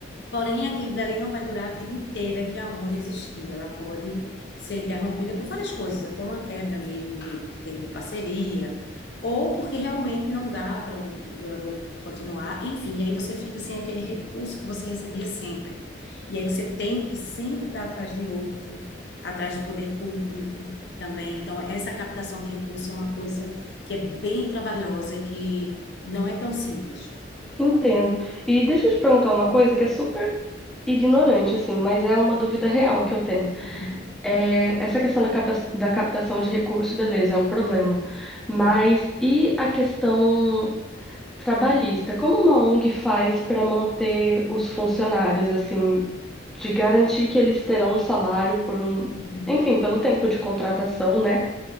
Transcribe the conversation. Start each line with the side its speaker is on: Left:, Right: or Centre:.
Left: Porém, aquilo dali não vai durar a vida inteira que a ONG existir. Ela pode ser interrompida por várias coisas, até uma quebra mesmo de, de termo de parceria, ou porque realmente não dá para o doador continuar. Enfim, e aí você fica sem aquele recurso que você recebia sempre. E aí você tem que sempre estar atrás de outro, atrás do poder público também. Então, essa captação de recurso é uma coisa que é bem trabalhosa, que não é tão simples.
Centre: entendo. E deixa eu te perguntar uma coisa que é super ignorante, assim, mas é uma dúvida real que eu tenho.
Left: Uhum,
Centre: É, essa questão da, capa- da captação de recurso, beleza, é um problema. Mas
Left: uhum,
Centre: e a questão. trabalhista, como uma ONG faz para manter os funcionários, assim, de garantir que eles terão um salário por um,
Left: uhum,
Centre: enfim, pelo tempo de contratação, né?